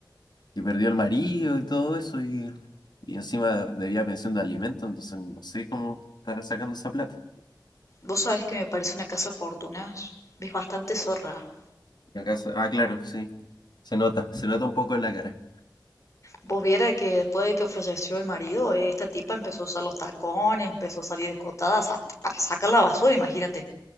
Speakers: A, on the left (about 65°); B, on the left (about 40°).
A: que perdió el marido y todo eso y, y encima debía pensión de alimento, entonces no sé cómo estará sacando esa plata.
B: Vos sabés que me parece una casa de fortunas. Es bastante zorra.
A: Y acá se- ah, claro, sí, se nota, se nota un poco en la cara.
B: Vos viera que después de que falleció el marido, eh, esta tipa empezó a usar los tacones, empezó a salir escotada sa- para sacar la basura, imagínate.